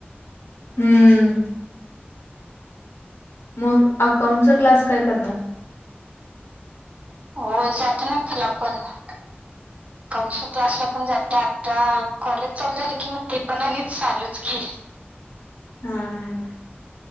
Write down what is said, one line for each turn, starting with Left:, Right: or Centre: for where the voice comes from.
Left: हम्म. मग अकाउंटचा क्लास काय करणार?
Right: होय जाते ना त्याला पण, अकाउंटच्या क्लासला पण जाते आता कॉलेज चालू झालं कि मग ते पण आणि चालूच की?
Left: हा हा.